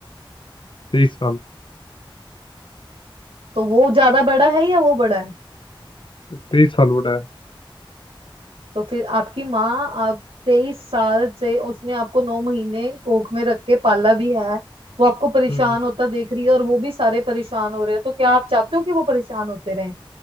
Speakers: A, on the left; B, on the right.
A: तेईस साल
B: तो वो ज्यादा बड़ा है या वो बड़ा है
A: तेईस साल बड़ा है
B: तो फिर आपकी माँ आप तेईस साल से उसने आपको नौ महीने कोख में रख के पाला भी है वो आपको परेशान
A: हम्म
B: होता देख रही है और वो भी सारे परेशान हो रहे हो तो क्या आप चाहते हो कि वो परेशान होते रहें